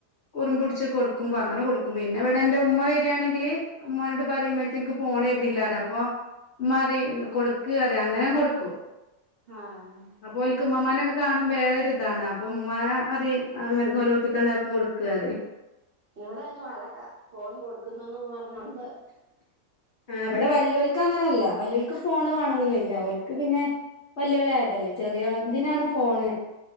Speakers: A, on the left; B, on the right.
A: കുറുമ്പുടിച്ച് കൊടുക്കുമ്പോ അങ്ങനെ കൊടുക്കും പിന്നെവിടെ എന്റുമ്മ വരാണെങ്കില് ഉമ്മാനോട് പറയും ഉമ്മച്ചി ഇനിക്ക് ഫോണ്തരണില്ലാറയും അപ്പൊ ഉമ്മാറിയും കൊടുക്ക്റയും അങ്ങനെ കൊടുക്കും
B: ആഹ്
A: അപ്പോൽക്ക് ഉമ്മമ്മാനെ കാണുമ്പൊ വേറൊരിതാണ് അപ്പം ഉമ്മുമ്മാ അത് അങ്ങനെ നൊലോൾപ്പിക്കണ്ട അത് കൊടുക്ക്‌റയും
B: ഇവിടതിന് വഴക്കാ ഫോൺ കൊടുക്കുന്നന്ന് പറഞ്ഞോണ്ട്
A: ആഹ്
B: ഉം
A: ഇബടെ വല്യോൽക്കങ്ങനല്ല വല്യോൽക്ക് ഫോണ് വേണംന്നൊന്നുല്ല ഓൽക്ക് പിന്നെ വല്ല്യോലായതല്ലേ ചെറിയതിനാണ് ഫോണ്